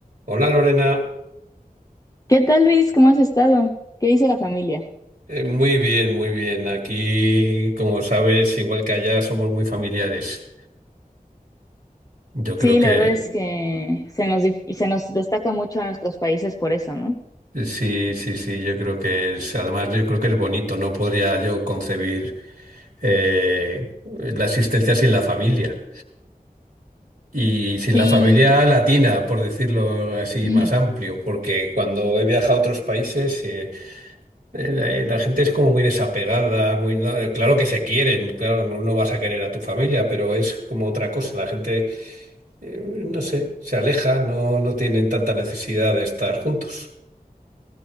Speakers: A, on the right; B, on the left.
A: Hola Lorena,
B: ¿Qué tal, Luis? ¿Cómo has estado? ¿Qué dice la familia?
A: Eh, muy bien, muy bien. Aquí, como sabes, igual que allá, somos muy familiares. Yo
B: Sí,
A: creo que
B: la verdad es que se nos, dif- se nos destaca mucho a nuestros países por eso, ¿no?
A: eh, sí, sí, sí, yo creo que es, además yo creo que es bonito, no podría yo concebir eh, la existencia sin la familia. Y sin
B: Sí,
A: la familia latina, por decirlo así
B: <laughs>
A: más amplio, porque cuando he viajado a otros países, eh, Eh, La, eh, la gente es como muy desapegada, muy, no- eh, claro que se quieren, claro, no, no vas a querer a tu familia, pero es como otra cosa. La gente, eh, no sé, se aleja, no, no tienen tanta necesidad de estar juntos.